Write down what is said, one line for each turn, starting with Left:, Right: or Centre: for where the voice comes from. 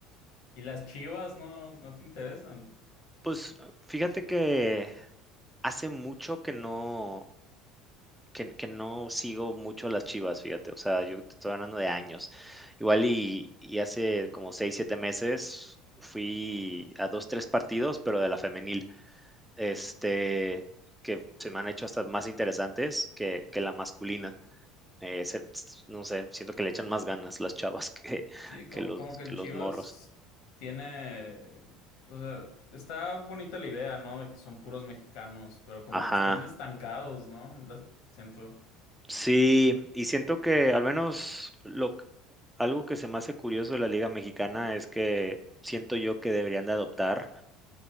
Left: Y las Chivas no, no te interesan.
Centre: Pues, ah, fíjate que hace mucho que no que que no sigo mucho las Chivas, fíjate. O sea, yo te estoy hablando de años. Igual y y hace como seis siete meses fui a 2 3 partidos, pero de la femenil, este, que se me han hecho hasta más interesantes que que la masculina. Eh, se s- no sé, siento que le echan más ganas las chavas <laughs> que
Left: Sí, co-
Centre: que los
Left: como, que el
Centre: que
Left: Chivas
Centre: los morros.
Left: tiene, o sea, está bonita la idea, ¿no? De que son puros mexicanos, pero como
Centre: Ajá.
Left: que están estancados, ¿no? En Las, siento.
Centre: Sí, y siento que al menos lo q algo que se me hace curioso de la liga mexicana es que siento yo que deberían de adoptar